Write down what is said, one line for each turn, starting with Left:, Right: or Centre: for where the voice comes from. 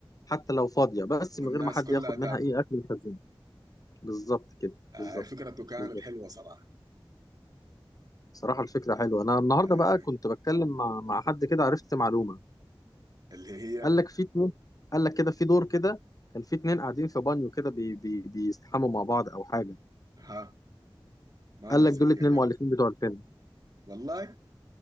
Left: حتى لو فاضيه بس
Right: والناس
Left: من غير ما حد
Right: كلها
Left: ياخد
Right: تاكل
Left: منها ايه اكل يخزنه بالظبط كده
Right: آه
Left: بالظبط
Right: فكرته كانت
Left: بالظبط
Right: حلوة صراحة
Left: صراحه الفكره حلوه انا النهارده
Right: آه
Left: بقى كنت بتكلم مع مع حد كده عرفت معلومه
Right: اللي هي
Left: قال لك في اتنين قال لك كده في دور كده كان في اتنين قاعدين في بانيو كده بي بي بيستحموا مع بعض او حاجه
Right: ها ما
Left: قال
Right: متذكر
Left: لك دول اتنين
Right: يعني
Left: مؤلفين بتوع الفيلم
Right: والله